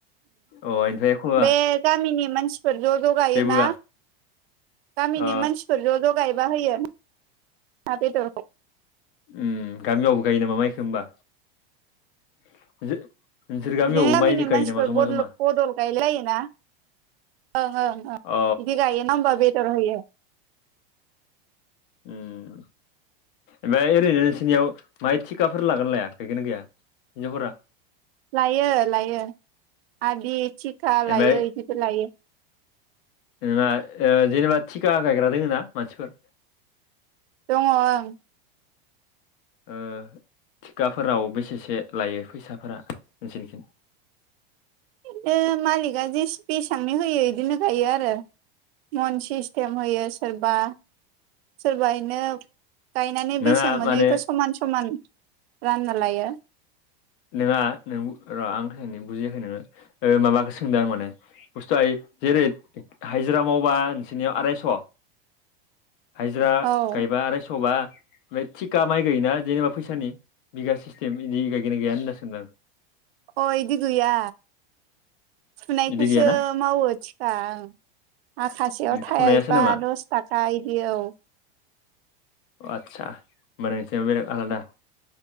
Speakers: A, on the left; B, on the right.
A: अ ओमफ्राय खबरा
B: बे गामिनि मानसिफोर ज ज गायोना
A: जेबो होआ
B: गामिनि
A: अ
B: मानसिफोर ज ज गायबा होयो ना बेदरखौ
A: उ गामियावबो गायो नामा माइखो होमबा <unintelligible> गामियावबो
B: बिदिनो गामिनि
A: माइ गायो
B: मानसिफोर
A: नामा जमा
B: बदल
A: जमा
B: बदल गायलायलायोना ओं ओं ओं बिदि
A: अ
B: गायोना होमबा बेदर होयो
A: ओम ओमफ्राय ओरैनो नोंसोरनियाव माहाय थिखाफोर लागोन लाया गायगोन गाया हिनजावफोरा
B: लायो लायो आदि थिखा
A: ओमफ्राय
B: लायो बिदिबो लायो
A: नोंहा ओ जेनेबा थिका गायग्रा दोङो ना मानसिफोर
B: दङ ओं
A: ओ थिखाफोराव बेसेसो लायो फैसाफोरा नोंसोनिथिं? <inaudible>
B: बिनो मालिकआ जे बेसबांनि होयो बिदिनो गायो आरो। मन सिस्टेम होयो सोरबा सोरब इनो गायनानै
A: नोंहा
B: बेसें मोनोथ'
A: माने
B: समान समान रानना लायो।
A: नङा नों र' आं ख बुजियाखै नोङो माबाख सोंदों आं माने बुस्थुआ जेरै हाइजिरामावबा नोंसनियाव आरायस' हजिरा
B: औ
A: गायबा आर सबा ओमफ्राय थिखा माइ गाययोना जेनेबा फैसानि बिगा सिस्टेम बिदि गायोननाय गैयानो होनना सोमदों आं।
B: अ इदि गैया फुनायखौसो
A: बिदि गैयाना
B: मावो थिखा आं। माखासेयाव थाइबा
A: फुनायासो नामा
B: दस थाखा बिदि औ।
A: आस्सा होनबोंथि बेर आलादा